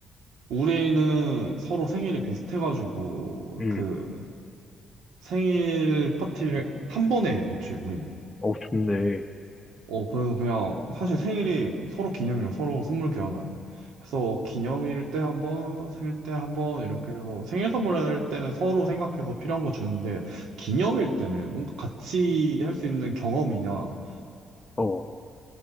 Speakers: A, on the right (about 80°); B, on the left (about 20°).
A: 우리는 서로 생일이 비슷해가지고,
B: 응.
A: 그, 생일 파티를 한 번에 해, 애초에 우리는.
B: 어, 좋네.
A: 어, 그래서 그냥 사실 생일이 서로 기념이야. 서로 선물 교환하는. 그래서 기념일 때 한 번, 생일 때 한번 이렇게 해서 생일 선물할 때는 서로 생각해서 필요한 거 주는데 기념일 때는 뭔가 같이 할 수 있는 경험이냐, 뭐
B: 어,